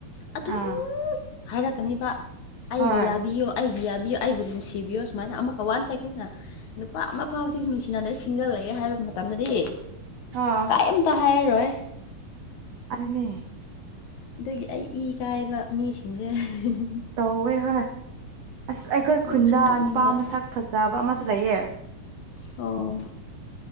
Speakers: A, on the left (about 70°); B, on the right (about 90°).
A: ꯑꯗꯨꯝ
B: ꯑꯥ
A: ꯍꯥꯏꯔꯛꯀꯅꯤꯕ ꯑꯩꯒꯤ
B: ꯍꯣꯏ
A: ꯌꯥꯕꯤꯌꯣ ꯑꯩꯒꯤ ꯌꯥꯕꯤꯌꫭ ꯑꯩꯕꯨ ꯅꯨꯡꯁꯤꯕꯤꯌꯣ ꯁꯨꯃꯥꯏꯅ ꯑꯃꯨꯛꯀ ꯋꯥꯟꯁ ꯑꯩꯈꯣꯏꯅ ꯅꯨꯄꯥ ꯑꯃꯐꯥꯎꯁꯤ ꯅꯨꯡꯁꯤꯅꯗꯦ ꯁꯤꯡꯒꯜ ꯂꯩꯔꯦ ꯍꯥꯏꯕ ꯃꯇꯝꯗꯗꯤ
B: ꯑ
A: ꯀꯩꯝꯇ ꯍꯥꯏꯔꯣꯏ
B: ꯑꯗꯨꯅꯦ
A: ꯑꯗꯒꯤ ꯑꯩ ꯏ ꯀꯥꯏꯕ ꯃꯤꯁꯤꯡꯁꯦ <unintelligible>
B: ꯇꯧꯋꯦ ꯍꯥꯏ ꯑꯁ ꯑꯩꯈꯣꯏ
A: ꯅꯣꯛꯁꯨ
B: ꯈꯨꯟꯗ
A: ꯅꯣꯛꯅꯤꯡꯕ
B: ꯅꯨꯄꯥ ꯃꯁꯛ ꯐꯖꯕ ꯑꯃꯁꯨ ꯂꯩꯌꯦ
A: ꯑꯣ